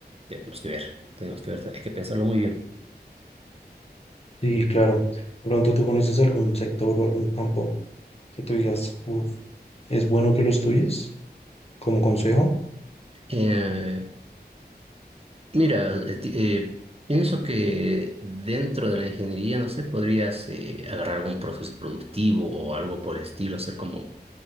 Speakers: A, on the right; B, on the left.
A: tenemos que ver, tenemos que ver, hay que pensarlo muy bien.
B: sí, claro. De pronto tú conoces algún sector o algún campo que tú digas, "Uf, es bueno que lo estudies como consejo.
A: Eh, mira, eh, ti- eh, pienso que dentro de la ingeniería, no sé, podrías eh, agarrar algún proceso productivo o algo por el estilo, hacer como